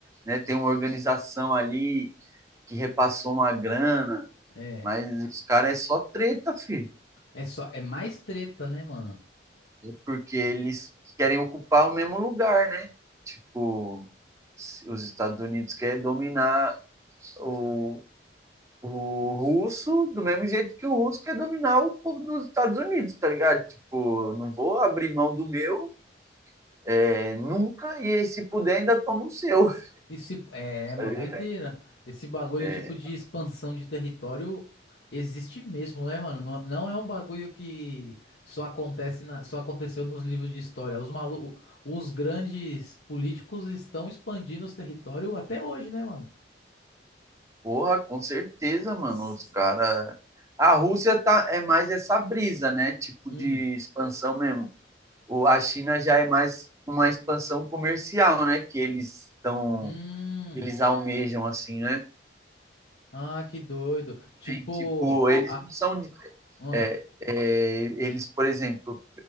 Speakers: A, on the right; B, on the left.
A: né? Tem uma organização ali que repassou uma grana,
B: é.
A: mas os caras é só treta, filho.
B: É só, é mais treta, né, mano?
A: Porque eles querem ocupar o mesmo lugar, né? Tipo, os Estados Unidos querem dominar o, o russo do mesmo jeito que o russo quer dominar o povo dos Estados Unidos, tá ligado? Tipo, não vou abrir mão do meu é, nunca, e aí, se puder ainda toma o seu.
B: Esse, é, é uma
A: <laughs>
B: doideira. Esse bagulho,
A: É,
B: tipo, de expansão de território existe mesmo, né, mano? Não, não é um bagulho que só acontece na, só aconteceu nos livros de história. Os malu, os grandes políticos estão expandindo os territórios até hoje, né, mano?
A: Porra, com certeza, mano.
B: S-
A: Os caras.
B: s-
A: A Rússia tá, é mais essa brisa, né? Tipo
B: Hum.
A: de expansão mesmo. O, a China já é mais uma expansão comercial, né? Que eles estão.
B: Hum.
A: Eles almejam, assim, né?
B: Ah, que doido. Tipo,
A: Tem, tipo, eles
B: ah,
A: não são. de-
B: ah,
A: é, é, eles, por exemplo,